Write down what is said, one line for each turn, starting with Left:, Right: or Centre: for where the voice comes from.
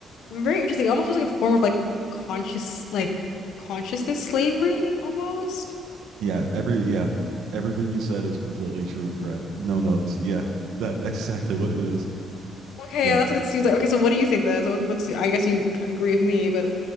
Left: very interesting. It almost feels like a form of like conscious, like consciousness slavery almost.
Right: Yeah, every yeah, everything you said is completely true and correct. No notes. Yeah, that exactly what it is.
Left: Okay,
Right: Yeah.
Left: yeah, that's what it seems like. Okay, so what do you think then? So what's I guess you kind of agree with me, but